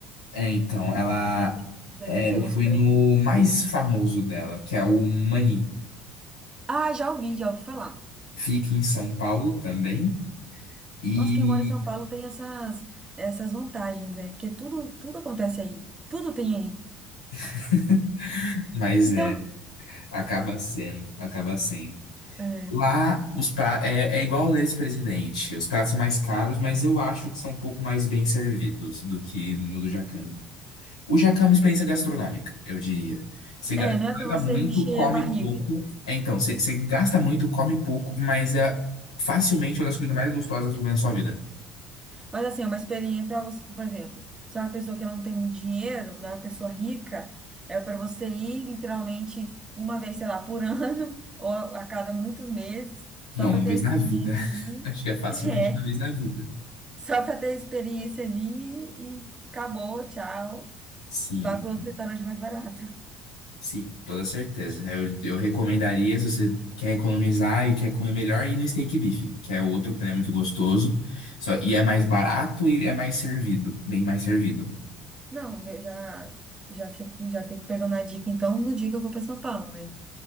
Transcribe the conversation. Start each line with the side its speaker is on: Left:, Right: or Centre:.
Left: É, então, ela.
Right: Ela tem coisas
Left: é,
Right: assim,
Left: eu fui
Right: uns prêmios.
Left: no mais famoso dela, que é o Mani.
Right: Ah, já ouvi, já ouvi falar.
Left: Fica em São Paulo também. E.
Right: Nossa, quem mora em São Paulo tem essas, essas vantagens, né? Porque tudo, tudo acontece aí. Tudo tem aí.
Left: <laughs> Mas
Right: Então,
Left: é. Acaba sendo, acaba sendo.
Right: é,
Left: Lá, os pra... é, é igual o ex-presidente. Os pratos são mais caros, mas eu acho que são um pouco mais bem servidos do que no do Jacame. O Jacame é uma experiência gastronômica, eu diria. Você
Right: é,
Left: ga-
Right: não é
Left: paga
Right: para você
Left: muito,
Right: encher
Left: come
Right: a barriga.
Left: pouco. É, então, você, você gasta muito, come pouco, mas é facilmente uma das comidas mais gostosas que eu comi na sua vida.
Right: Mas assim, é uma experiência para você, por exemplo, se é uma pessoa que não tem muito dinheiro, não é uma pessoa rica, é para você ir literalmente uma vez, sei lá, por <laughs> ano, ou a, a cada muitos meses, só
Left: Não,
Right: para
Left: uma
Right: ter
Left: vez
Right: a experiência
Left: na vida. <laughs>
Right: ali.
Left: Acho que é facilmente
Right: É,
Left: uma vez na vida.
Right: só para ter a experiência ali e acabou, tchau.
Left: Sim.
Right: Vai para outro restaurante mais barato.
Left: Sim, toda certeza. Eu, eu recomendaria, se você quer economizar e quer comer melhor, ir no steak beef, que é outro que também é muito gostoso. Só, e é mais barato e é mais servido, bem mais servido.
Right: Não, já, já, já fico, já fico pegando a dica, então, no dia que eu for para São Paulo, né?